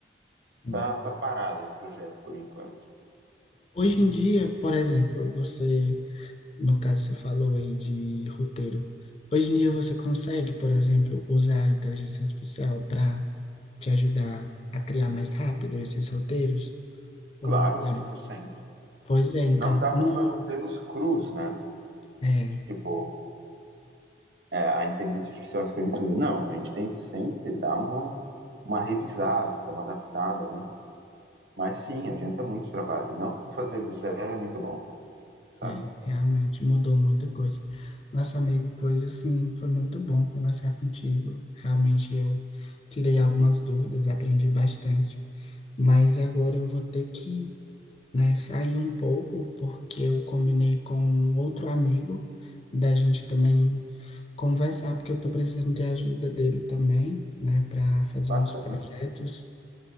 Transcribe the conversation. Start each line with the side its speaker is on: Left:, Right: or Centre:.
Left: sim.
Right: tá, tá parado esse projeto por enquanto.
Left: Hoje em dia, por exemplo, você, no caso, você falou aí de roteiro. Hoje em dia você consegue, por exemplo, usar a inteligência artificial para te ajudar a criar mais rápido esses roteiros? Ou,
Right: Claro, cem
Left: é,
Right: por cento
Left: pois é, então,
Right: Não dá
Left: no,
Right: para fazê-los cruz né?
Left: é,
Right: tipo, é, a inteligência artificial escreve tudo. Não, a gente tem que sempre dar uma, uma revisada, uma adaptada, né? Mas sim, adianta muito trabalho. Não fazer do zero é muito bom, sabe?
Left: É, realmente mudou muita coisa. Nosso amigo, pois assim, foi muito bom conversar contigo. Realmente eu tirei algumas dúvidas, aprendi bastante. Mas agora eu vou ter que, né, sair um pouco, porque eu combinei com um outro amigo da gente também conversar, porque eu tô precisando de ajuda dele também, né, para fazer
Right: Bacana.
Left: uns projetos.